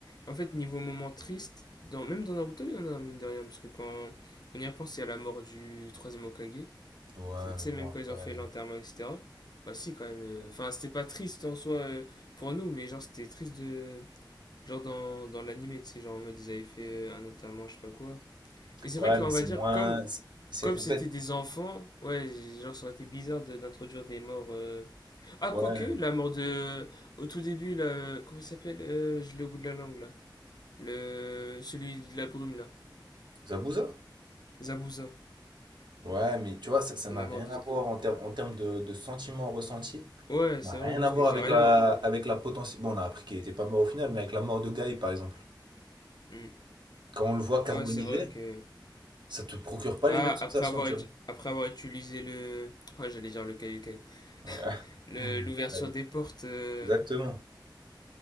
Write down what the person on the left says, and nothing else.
En fait, niveau moment triste, dans, même dans Naruto, il y en a, mine de rien, parce que quand on y repense, il y a la mort du troisième Hokage.
Tu sais,
même
quand ils ont fait
l'enterrement, etc. Bah si, quand même. euh, Enfin, c'était pas triste en soi euh, pour nous, mais genre, c'était triste de... Genre dans, dans l'animé, tu sais, genre en mode, ils avaient fait euh, un enterrement, je sais pas quoi. Mais c'est
vrai qu'on
va dire,
comme
comme
c'était
des enfants, ouais, genre, ça aurait été bizarre de- d'introduire des morts... euh, ah,
quoique, la mort de. Au tout début, là. Comment il s'appelle Euh, Je l'ai au bout de la langue, là. Le... Celui de la brume, là.
Zabuza.
La
mort de.
Ouais,
c'est
vrai,
parce
que j'ai
rien.
hein.
Hmm.
Ouais, c'est vrai que.
Ah,
après avoir,
ut-
après avoir utilisé le. Oh, j'allais dire le Kaioken.
Le... L'ouverture
des portes. euh,